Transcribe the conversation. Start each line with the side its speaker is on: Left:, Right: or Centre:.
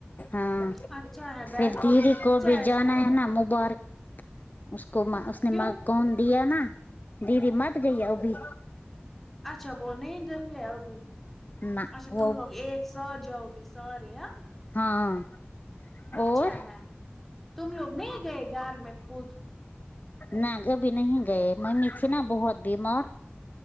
Left: ہاں
Centre: اچھا ہے بیٹ
Left: پھر دیدی
Centre: اچھا
Left: کو بھی جانا ہے نا مبارک اس کو اس نے
Centre: کیوں
Left: م کون دیا نا دیدی مت گئی ا بھی
Centre: اچھا وہ نہیں گئی ہے ابھی
Left: نہ
Centre: اچھا تم
Left: وہ
Centre: لوگ ایک ساتھ جاؤگے سارے ہاں
Left: ہاں
Centre: اچھا
Left: اور
Centre: ہے تم لوگ نہیں گئے گھر میں خود
Left: نہ گبھی نہیں گئے ممیمی تھی نا بہت بیمار